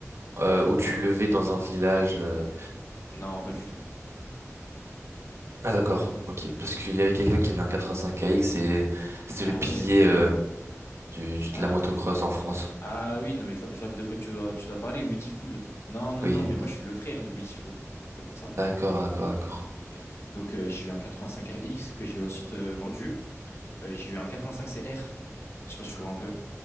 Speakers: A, on the right (about 60°); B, on the left (about 55°).
A: euh, où tu levais dans un village? euh,
B: Non, pas du tout.
A: Ah d'accord, ok. Parce qu'il y avait quelqu'un qui avait un 85AX et c'était
B: Ah
A: le pilier
B: ouais.
A: euh, du, du-
B: Ah,
A: de la motocross
B: euh,
A: en France.
B: ah oui, non, mais je, vois je vois de quoi tu, veux- tu dois parler, Ouija Fool. Non, non,
A: Oui,
B: non, mais moi je suis le frère de Ouija Fool. C'est pour ça.
A: d'accord, d'accord, d'accord.
B: Ok. Donc euh, j'ai eu un 85 X que j'ai ensuite euh, vendu. Euh, j'ai eu un 85CR. Je sais pas si tu vois un peu.